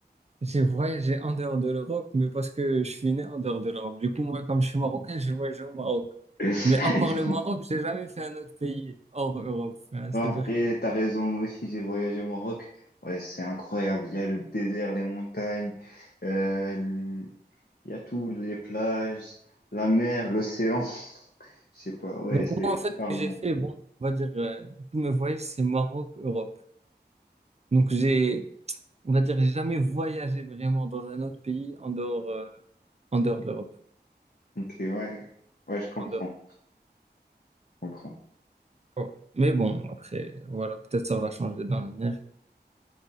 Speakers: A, on the right (about 40°); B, on the left (about 60°).
A: j'ai voyagé en dehors de l'Europe, mais parce que je suis né en dehors de l'Europe. Du coup, moi, comme je suis marocain, j'ai voyagé au Maroc.
B: <laughs>
A: Mais à part le Maroc, j'ai jamais fait un autre pays hors Europe. Hein, C'est-à-dire
B: Ouais, en vrai, t'as raison, moi aussi j'ai voyagé au Maroc. Ouais, c'est incroyable. Il y a le désert, les montagnes, euh, l- il y a tout, les plages, la mer, l'océan. <laughs> Je sais pas, ouais,
A: Donc
B: c'est
A: moi en fait
B: tout un monde.
A: ce que j'ai fait bon on va dire euh, tous mes voyages c'est Maroc Europe donc j'ai on va dire j'ai jamais voyagé vraiment dans un autre pays en dehors euh, en dehors de l'Europe
B: Ok, ouais, ouais, je comprends,
A: en dehors.
B: je comprends.
A: Oh. Mais bon après voilà peut-être ça va changer dans l'avenir